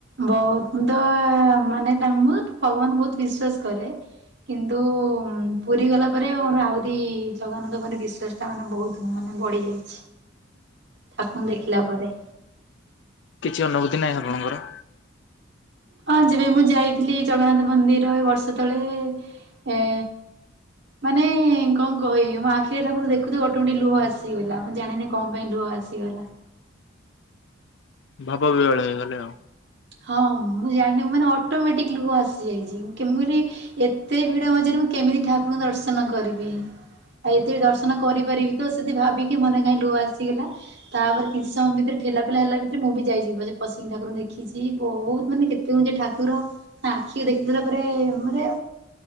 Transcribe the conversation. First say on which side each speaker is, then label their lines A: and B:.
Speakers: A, on the right (about 60°); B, on the left (about 60°).
A: ବହୁତ ମୁଁ ତ ମାନେ ତାଙ୍କୁ ମୁ ଭଗବାନଙ୍କୁ ବହୁତ ବିଶ୍ଵାସ କରେ। କିନ୍ତୁ ପୁରୀ ଗଲା ପରେ ମୋର ଆହୁରି ଜଗନ୍ନାଥ ଉପରେ ବିଶ୍ୱାସ ତା ମାନ ବହୁତ ମାନେ ବଢ଼ିଯାଇଛି।
B: <inaudible>
A: ଠାକୁରଙ୍କୁ ଦେଖିଲା ପରେ।
B: କିଛି ଅନୁଭୂତି ନାହିଁ ଆପଣଙ୍କର?
A: ହଁ ଯବେ ମୁଁ ଯାଇଥିଲି ଜଗନ୍ନାଥ ମନ୍ଦିର ଏ ବର୍ଷ ତଳେ ଏ ମାନେ କଣ କହିବି ମୋ ଆଖିରେ ଠାକୁର ଦେଖୁ ଦେଖୁ ଅଟୋମ୍ୟାଟିକ ଲୁହ ଆସିଗଲା ମୁଁ ଜାଣିନି। କଣ ପାଇଁ ଲୁହ ଆସିଗଲା।
B: ଭାବ ବିହୋଳ ହେଇଗଲେ ଆଉ।
A: ହଁ ମୁଁ ଜାଣିନି ମାନେ ଅଟୋମେଟିକ ଲୁହ ଆସିଯାଇଛି କେମିତିରି ଏତେ ଭିଡ ମଝିରେ ମୁଁ କେମିତି ଠାକୁରଙ୍କୁ ଦର୍ଶନ କରିବି? ଏଇଥିରେ ଦର୍ଶନ କରିପାରିବି ତ, ସେଠି ଭାବିକି ମନେ କାହିଁ ଲୁହ ଆସିଗଲା ତାପରେ କିଛି ସମୟ ଭିତରେ ଠେଲା ପେଲା ହେଲା ବି ଯେ ମୁଁ ବି ଯାଇଛି ବୋଧେ ପଶିକି ଠାକୁରଙ୍କୁ ଦେଖିଛି ବହୁତ ମାନେ କେତେ ଉଁଚା ଠାକୁର ତା ଆଖିକି ଦେଖିଦେଲା ପରେ ମାନେ